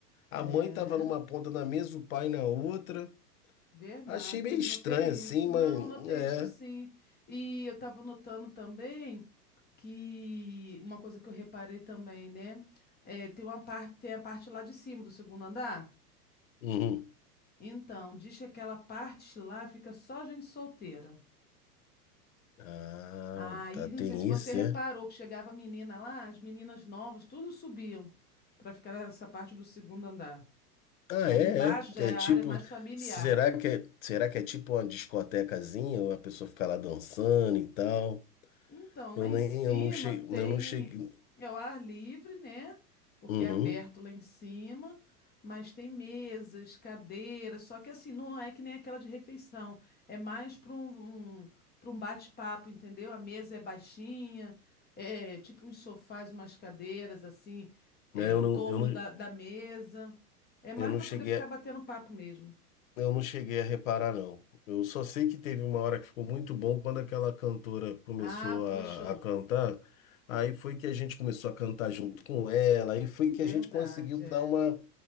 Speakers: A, on the left; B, on the left.
A: A
B: É.
A: mãe estava numa ponta da mesa, o pai na outra.
B: Verdade,
A: Achei meio
B: eu
A: estranho
B: notei
A: assim,
B: isso.
A: mas
B: Não, eu notei
A: é.
B: isso sim. E eu estava notando também que uma coisa que eu reparei também, né? É, tem uma parte, tem a parte lá de cima do segundo andar.
A: Uhum.
B: Então, diz que aquela parte lá fica só gente solteira.
A: Ah,
B: Aí,
A: tá, tem
B: não sei se você
A: isso,
B: reparou
A: é?
B: que chegava a menina lá, as meninas novas, tudo subiam para ficar nessa parte do segundo andar.
A: Ah,
B: Ali
A: é,
B: embaixo
A: é.
B: já
A: É
B: é
A: tipo,
B: a área mais familiar.
A: será que é, será que é tipo uma discotecazinha, uma pessoa fica lá dançando e tal?
B: Então,
A: Eu
B: lá em
A: nem,
B: cima
A: eu não cheguei,
B: tem
A: eu não cheguei,
B: é o ar livre, né? Porque
A: uhum.
B: é aberto lá em cima, mas tem mesas, cadeiras, só que assim, não é que nem aquela de refeição, é mais para um, um, para um bate-papo, entendeu? A mesa é baixinha, é tipo uns sofás, umas cadeiras assim, é,
A: É, Eu
B: em
A: não,
B: torno
A: eu não,
B: da, da mesa. É mais
A: eu não
B: para
A: cheguei,
B: poder ficar
A: a-
B: batendo papo mesmo.
A: eu não cheguei a reparar, não. Eu só sei que teve uma hora que ficou muito bom quando aquela cantora começou
B: Ah, foi
A: a,
B: show.
A: a cantar. Aí foi que a gente começou a cantar junto com ela, aí foi
B: Verdade,
A: que a gente conseguiu dar
B: é.
A: uma